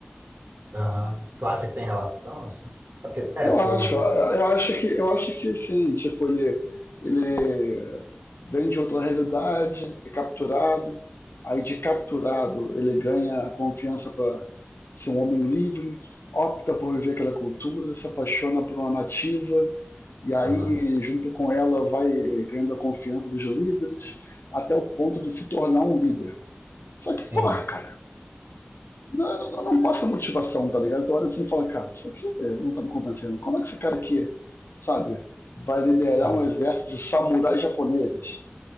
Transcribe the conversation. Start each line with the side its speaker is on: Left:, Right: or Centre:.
Right: aham. Tu acha que tem relação, assim? É porque,
Left: Eu
Right: é, porque
Left: acho,
Right: o...
Left: eu acho que, eu acho que sim, tipo, ele, ele vem de outra realidade, é capturado, aí de capturado ele ganha a confiança para ser um homem livre, opta por viver aquela cultura, se apaixona por uma nativa, e aí,
Right: aham.
Left: junto com ela, vai ganhando a confiança dos líderes, até o ponto de se tornar um líder. Só que,
Right: Sim,
Left: porra, cara, não, não, não passa motivação, tá ligado? Tu olha assim e fala, cara, isso aqui é, não tá me convencendo. Como é que esse cara aqui, sabe, vai liderar
Right: sim,
Left: um exército de samurais japoneses?